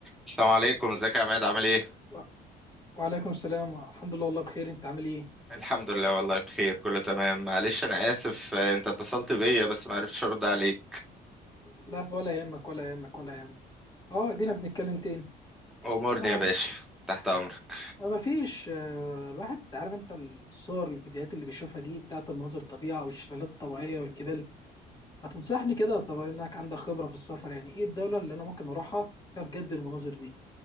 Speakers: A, in the centre; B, on the left.
A: السلام عليكم ازيك يا عماد عامل ايه
B: و- وعليكم السلام الحمد لله والله بخير انت عامل ايه
A: الحمد لله والله بخير كله تمام معلش انا اسف آه، انت اتصلت بيا بس ما عرفتش ارد عليك
B: لا ولا يهمك ولا يهمك ولا يهمك اه دينا بنتكلم تاني
A: امورني
B: اه
A: يا باشا تحت امرك
B: ما فيش آه الواحد عارف انت الصور الفيديوهات اللي بيشوفها دي بتاعت المناظر الطبيعة والشلالات الطبيعية والجبال ما تنصحني كده طب انك عندك خبرة في السفر يعني ايه الدولة اللي انا ممكن اروحها فيها بجد المناظر دي